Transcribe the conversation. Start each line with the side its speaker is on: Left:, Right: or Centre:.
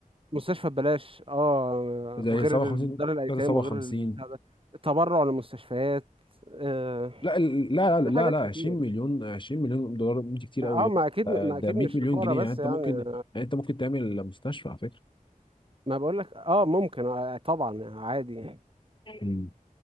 Right: مستشفى ببلاش اه
Left: زي
Right: وغير
Left: 57
Right: ال- دار الايتام
Left: كده 57
Right: وغير البتاع ده تبرع للمستشفيات آه
Left: لا ال- لا لا
Right: دي
Left: لا
Right: حاجات
Left: لا
Right: كتير
Left: 20 مليون 20 مليون دولار دي كتير
Right: اه
Left: قوي يا ابني.
Right: ما اكيد
Left: آه،
Right: ما
Left: ده
Right: اكيد
Left: 100
Right: مش
Left: مليون
Right: للفقراء
Left: جنيه
Right: بس
Left: يعني انت
Right: يعني
Left: ممكن يعني انت ممكن تعمل مستشفى على فكره
Right: ما بقول لك اه ممكن آه طبعا عادي يعني.
Left: مم.